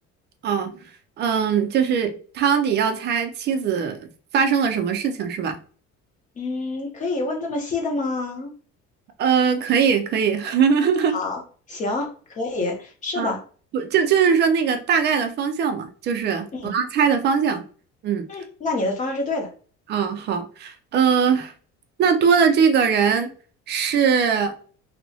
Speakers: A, on the right; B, on the left.
A: 哦，嗯，就是汤底要猜妻子发生了什么事情是吧？
B: 嗯，可以问这么细的吗？
A: 呃，可以可以，<laughs>
B: 好，行，可以，是的，
A: 嗯，不就就是说那个大概的方向嘛，就是我要猜的方向。
B: 嗯
A: 嗯，
B: 嗯，那你的方案是对的，
A: 啊，好，呃，那多的这个人是，